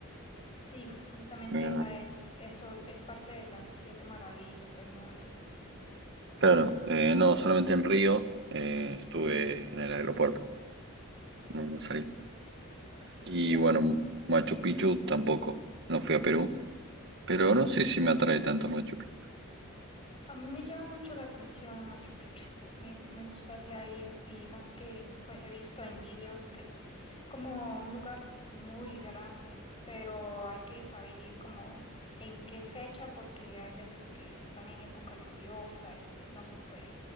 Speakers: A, on the left; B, on the right.
A: Sí, justamente
B: Eh,
A: esa es, eso es parte de las siete maravillas del mundo.
B: claro, eh, no, solamente en Río, eh, estuve en el aeropuerto, no, no salí. Y
A: Ya.
B: bueno, Machu Picchu tampoco, no fui a Perú, pero no sé si me atrae tanto Machu Picchu,
A: A mí me llama mucho la atención Machu Picchu. Me, me gustaría ir y más que pues he visto en vídeos que es como un lugar muy grande, pero hay que saber ir como en qué fecha porque hay veces que están en época lluviosa y no se puede.